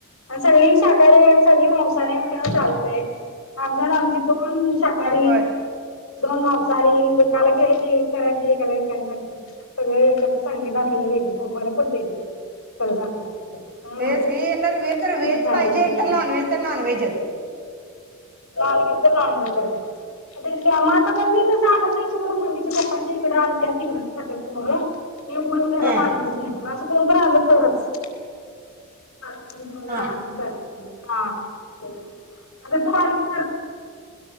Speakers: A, on the left; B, on the right.
A: आणि ली शाकारारी हाय सगळी मांसाहारी हाय म्हणल्यावर चाल आमच्यात आमची कोण शाकाहारी?
B: होय
A: दोन मांसाहारी एकाला केले की एक करायला कि एकाला एकायला सांगते सगळ एकत्रच सांगितलेले वेगळं बरं पडतेय ते. काय सांगलाय? म्हणजे हा
B: तेच तर तर व्हेज
A: खायला
B: पाहिजे
A: भेटतं.
B: एक तर नॉन व्हेज तर नॉनव्हेजच.
A: लाल ते मग आता पण मी तस आणत नाही सोड मम्मीचे पप्पच्या इकडें आणतात तिकडच खातात पोर मी उगच घरात
B: हा
A: आणतच नाही म असं कोणत आणलं तरच. आणून
B: हा
A: चालत नाही आग तु आलीस की